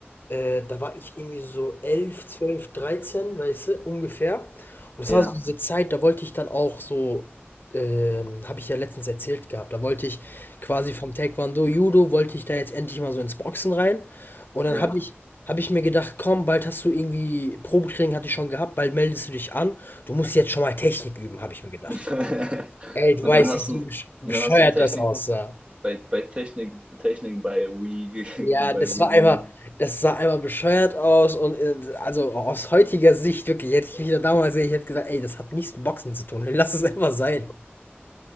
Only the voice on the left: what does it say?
äh, da war ich irgendwie so elf zwölf dreizehn weißt du, ungefähr. Und das
war so diese Zeit, da wollte ich dann auch so, ähm, habe ich ja letztens erzählt gehabt, da wollte ich quasi vom Taekwondo, Judo, wollte ich da jetzt endlich mal so ins Boxen rein. Und dann
habe ich, habe ich mir gedacht, komm, bald hast du irgendwie, Probetraining hatte ich schon gehabt, bald meldest du dich an, du musst jetzt schon mal Technik üben, habe ich mir gedacht.
Ey, du
weißt
nicht,
wie besch- bescheuert
das aussah.
Ja,
das
war einmal das sah einmal bescheuert aus und, äh, also aus heutiger Sicht wirklich, hätte ich mich da damals gesehen, ich hätte gesagt: „Ey, das hat nichts mit Boxen zu tun. <laughs> Lass es einfach sein.“